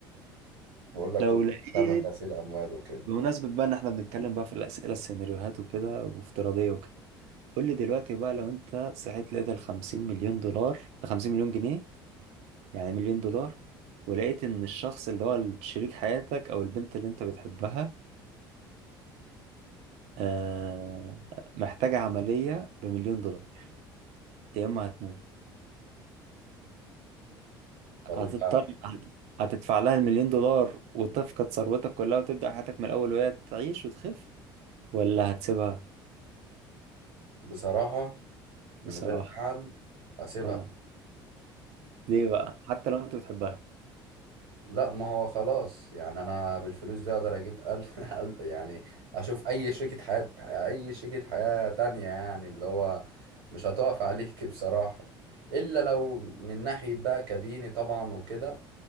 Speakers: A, on the right; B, on the right.
A: بقول لك
B: لو
A: كنت
B: لقيت
A: بعمل غسيل اموال وكده
B: بمناسبة بقى ان احنا بنتكلم بقى في الأسئلة السيناريوهات وكده وافتراضية وكده قول لي دلوقتي بقى لو انت صحيت لقيت ال 50 مليون دولار 50 مليون جنيه يعني مليون دولار ولقيت ان الشخص اللي هو شريك حياتك او البنت اللي انت بتحبها آه محتاجة عملية بمليون دولار يا اما هتموت
A: طب
B: هتضطر
A: انت
B: هتدفع لها المليون دولار وتفقد ثروتك كلها وتبدأ حياتك من الأول وهي تعيش وتخف ولا هتسيبها
A: بصراحه من
B: بصراحة
A: غير زعل هسيبها
B: اه ليه بقى حتى لو انت بتحبها
A: لا ما هو خلاص يعني انا بالفلوس دي اقدر اجيب قل... قل- <laughs> يعني اشوف اي شريكة حياة اي شريكة حياة تانية يعني اللي هو مش هتقف عليك بصراحة الا لو من ناحية بقى كديني طبعا وكده